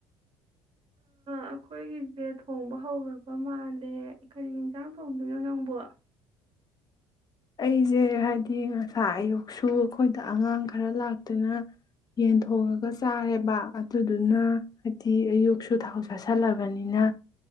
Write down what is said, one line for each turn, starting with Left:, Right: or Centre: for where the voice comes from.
Right: ꯑꯩꯈꯣꯏꯒꯤꯁꯦ ꯊꯣꯡꯕ ꯍꯧꯈ꯭ꯔꯕ ꯃꯥꯜꯂꯦ ꯀꯔꯤ ꯌꯦꯟꯁꯥꯡ ꯊꯣꯡꯗꯣꯏꯅꯣ ꯅꯪꯕꯣ
Left: ꯑꯩꯁꯦ ꯍꯥꯏꯗꯤ ꯉꯁꯥ ꯑꯌꯨꯛꯁꯨ ꯑꯩꯈꯣꯏꯗ ꯑꯉꯥꯡ ꯈꯔ ꯂꯥꯛꯇꯨꯅ ꯌꯦꯟ ꯊꯣꯡꯉꯒ ꯆꯥꯔꯦꯕ ꯑꯗꯨꯗꯨꯅ ꯍꯥꯏꯗꯤ ꯑꯌꯨꯛꯁꯨ ꯊꯥꯎ ꯆꯁꯤꯜꯂꯕꯅꯤꯅ